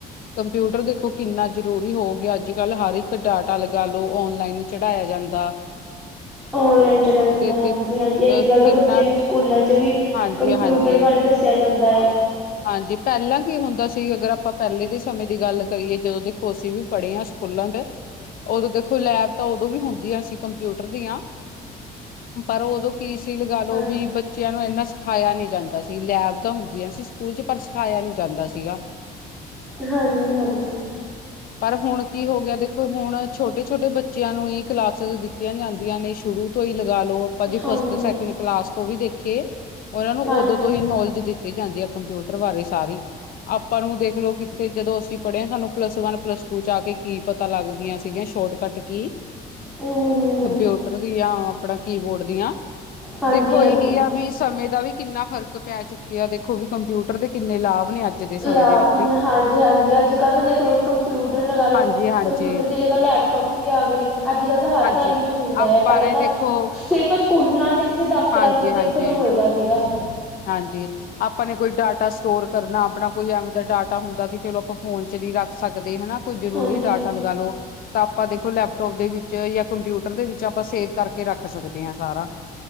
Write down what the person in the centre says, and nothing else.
ਓਨਲਾਈਨ ਚੜਿਆ ਜਾਂਦਾ
ਹਾਂਜੀ-
ਹਾਂਜੀ ਅੱਜ-
ਕੱਲ ਤਾਂ
ਬੱਚਿਆਂ ਨੂੰ ਸਕੂਲਾਂ ਚ ਵੀ
ਕੰਪਿਊਟਰ
ਬਾਰੇ ਦੱਸਿਆ ਜਾਂਦਾ ਆ।
ਹਾਂਜੀ।
ਹਾਂਜੀ ਹਾਂਜੀ
ਹਾਂਜੀ
ਹਾਂਜੀ।
ਹੂੰ ਹੂੰ
ਹੂੰ
ਹਾਂਜੀ
ਹਾਂਜੀ।
ਯਾ
ਹਾਂਜੀ। ਜੀ ਹਾਂਜੀ ਅੱਜ ਕੱਲ੍ਹ ਤਾਂ ਦੇਖ ਲਓ ਕੰਪਿਊਟਰ ਲਗਾ ਲਓ
ਕੰਪਿਊਟਰ ਦੀ ਜਗ੍ਹਾ ਲੈਪਟੋਪ ਵੀ ਆ ਗਏ ਅੱਜ ਕੱਲ ਤਾਂ ਹਰ
ਘਰ ਵਿੱਚ ਹੁੰਦਾ
ਆ ਪਹਿਲਾਂ
ਤਾਂ
ਸਿਰਫ ਸਕੂਲਾਂ ਜਾਂ ਕਿਸੇ ਦਫ਼ਤਰਾਂ
ਚ ਵੀ ਦੇਖਣ
ਨੂੰ ਮਿਲਦਾ ਸੀਗਾ <unintelligible>
ਹਾਂਜੀ।